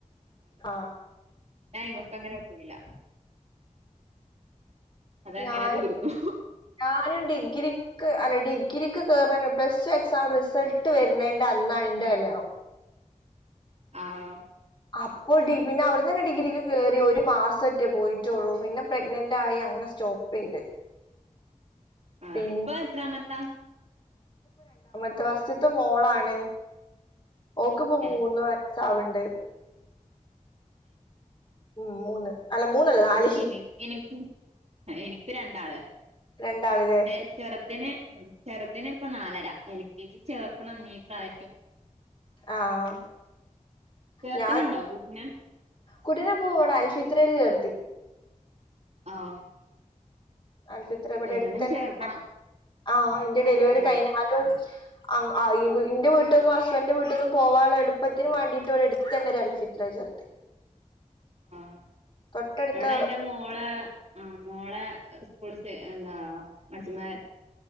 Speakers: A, on the left; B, on the right.
A: ആഹ്
B: പിന്നെ ആയിമക് അങ്ങനെ പോയില്ല. അതങ്ങനെ
A: ഞാനും
B: തീർന്നു
A: ഞാനും ഡിഗ്രി. ക്ക് അല്ല ഡിഗ്രിക്ക് കേറണേനു മുൻപ് പ്ലസ് ടു എക്സാം റിസൾട്ട് വെരുന്നേൻ്റെ അന്നാണ് ഇന്റെ കല്യാണം.
B: ആഹ്
A: അപ്പൊ ഡി പിന്നെ അവിടെന്ന് തന്നെ ഡിഗ്രിക്ക് കേറി ഒരു മാസാറ്റോ പോയിറ്റൊള്ളു പിന്നെ പ്രഗ്നന്റ് ആയി അങ്ങനെ സ്റ്റോപ്പ് ചെയ്ത്.
B: ആഹ്
A: പിന്നെ
B: ഇപ്പൊ എത്രാമത്താ?
A: ആ ഫസ്റ്റ്ത്തെ മോളാണ് ഓക്ക് ഇപ്പൊ
B: ഏഹ്
A: മൂന്ന് വയസാവുണ്ട് ഉം മൂന്ന്. അല്ല മൂന്നല്ല നാല്
B: ഇനി എനിക്ക് ആ എനിക്ക് രണ്ട് ണ്ടാള്.
A: രണ്ടാളില്ലേ
B: ന്റെ ചെറുതിന് ചെറുതിന് ഇപ്പ നാലര എൽ കെ ജി ചേർത്തണം ഇനി ഈ പ്രാവശ്യം.
A: ആഹ് ആഹ്
B: ചേർത്തണുണ്ടോ
A: ഞാൻ
B: കുട്ടിനെ
A: കുട്ടീനെപ്പോ ഇവിടെ അൽഫിത്രേല് ചേർ <unintelligible>
B: ആഹ്
A: അൽഫിത്ര ഇവിടെ
B: ഇവനും
A: അടുത്തന്നെണ്ട്
B: ചേർക്കണം
A: ആഹ് ഇന്റെ ഡെലിവറി
B: ആഹ്
A: കഴിഞ്ഞാലും അങ്ങ് അയ് ഇന്റെ വീട്ട്ന്നും ഹസ്ബൻഡ്ന്റെ വീട്ട്ന്നും പോവാനുള്ള എളുപ്പത്തിന് വാണ്ടിട്ട് ഇവിടെ അടുത്തന്നെ ഒരു അൽഫിത്രയിൽ ചേർത്തി
B: ആഹ്
A: തൊട്ടടുത്ത
B: എവിടെന്റെ മോള് ആഹ് മോളെ അ സ്കൂളിത്തെ എന്താ <unintelligible>